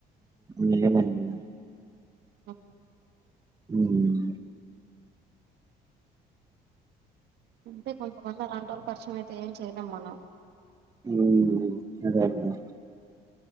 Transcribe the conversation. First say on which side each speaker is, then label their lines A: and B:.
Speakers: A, on the right; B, on the right.
A: లేదు అండి
B: మ్మ్
A: మ్మ్
B: అంటే కొంతమంది అలాంటివోళ్ళు పరిచయం అయితే ఏం చేయలేం మనం
A: హ్మ్. అదే కదా!